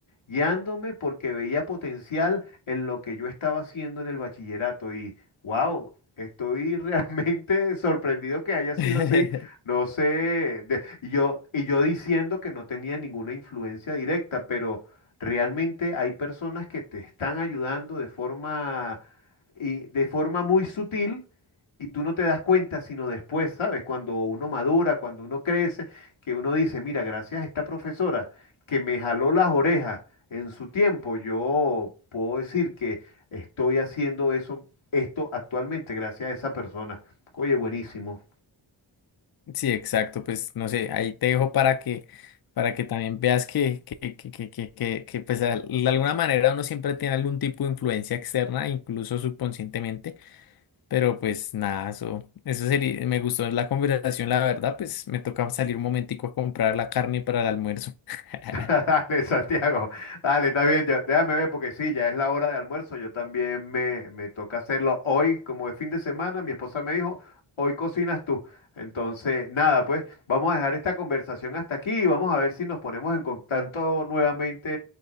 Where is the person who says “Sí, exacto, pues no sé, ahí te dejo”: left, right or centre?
Left